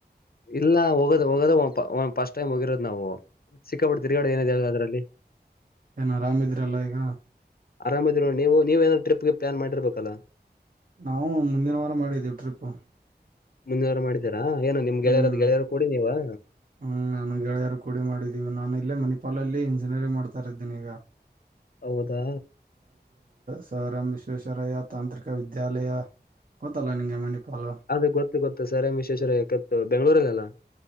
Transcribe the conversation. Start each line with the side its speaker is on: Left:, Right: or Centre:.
Left: ಇಲ್ಲ ಹೋಗೋ ಹೋಗೋದ ಫಸ್ಟ್ ಟೈಮ್ ಹೋಗಿರೋದು ನಾವು. ಸಿಕ್ಕಾಪಟ್ಟು ತಿರುಗಾಡದ ಏನಿದೆ ಹೇಳ ಅದ್ರಲ್ಲಿ.
Right: ಏನು ಆರಾಮ ಇದ್ರಲ್ಲಾಈಗ.
Left: ಆರಾಮದಿನ ನೋಡಿ ನೀವು ನೀವು ಏನ ಟ್ರಿಪ್ ಗಿಪ್ ಪ್ಲಾನ್ ಮಾಡಿರಬೇಕಲ್ಲ.
Right: ಹ್ಮ್, ಮುಂದಿನ ವಾರ ಮಾಡಿದ್ದೀವಿ ಟ್ರಿಪ್
Left: ಮುಂದಿನವಾರ ಮಾಡಿದೀರಾ ಏನು ನಿಮ್ಗೆಳೆಯರದ
Right: ಹ್ಮ್
Left: ಗೆಳೆಯರು ಕೂಡಿ ನೀವಾ
Right: ಹ್ಮ್, ನಾನು ಗೆಳ್ಯಾರು ಕೂಡಿ ಮಾಡಿದ್ದೀವಿ. ನಾನು ಇಲ್ಲೇ ಮಣಿಪಾಲಲ್ಲಿ ಇಂಜಿನಿಯರಿಂಗ್ ಮಾಡ್ತಾ ಇದ್ದೀನಿ ಈಗ.
Left: ಹೌದಾ,
Right: ಸರ್ ಎಂ ವಿಶ್ವೇಶ್ವರಯ್ಯ ತಾಂತ್ರಿಕವಿದ್ಯಾಲಯ ಗೊತ್ತಲ್ಲಾ ನಿನಗೆ ಮಣಿಪಾಲ
Left: ಅದೇ ಗೊತ್ತು ಗೊತ್ತು ಸರ್ ಎಂ ವಿಶ್ವೇಶ್ವರಯ್ಯ ಗೊತ್ತು ಬೆಂಗಳೂರಲ್ಲಾ